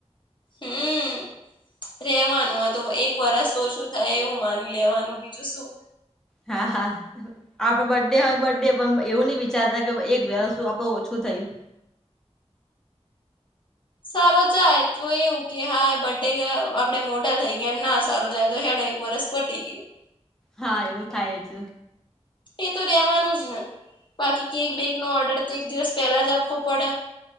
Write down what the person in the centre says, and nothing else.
હા હા. આપડે બર્થ ડે હોય બર્થ ડે પણ એવું નઈ વિચારતા કે એક વ્યસ્ આપડે ઓછું થયું
હા એવું થાય જ